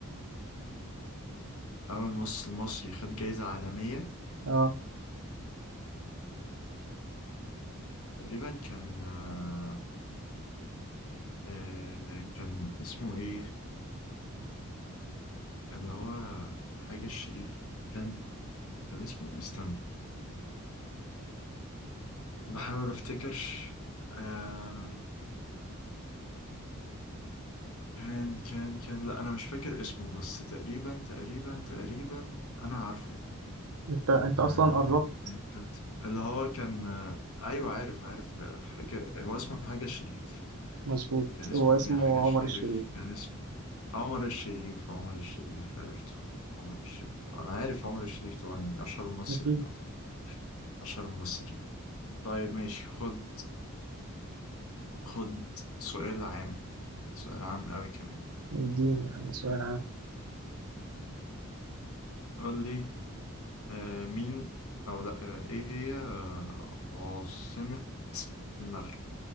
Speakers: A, on the left (about 75°); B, on the right (about 85°).
A: أول مصر المصري خد جايزة عالمية
B: اه
A: تقريبا كان آه، آه، كان اسمه إيه اللي هو حاجة الشريف كان كان اسمه إيه؟ استنى بحاول افتكر آه كان كان كان لا انا مش فاكر اسمه بس تقريبا تقريبا تقريبا انا عارفه
B: انت انت
A: كان
B: اصلا
A: آه
B: قربت
A: اللي هو كان آه ايوه عارف عارف آه، حاجه هو اسمه حاجه الشريف
B: مظبوط
A: كان اسمه
B: هو اسمه
A: ايه حاجه الشريف
B: عمر الشريف
A: كان اسمه عمر الشريف عمر الشريف عرفته عمر الشريف انا عارف عمر الشريف طبعا يعني اشهر ممثل
B: اكيد
A: طبعا اشهر الممثلين طيب ماشي خد خد سؤال عام سؤال عام قوي كمان
B: اديني يعني سؤال عام
A: قول لي آه مين او لا آه ايه هي آه عاصمة المغرب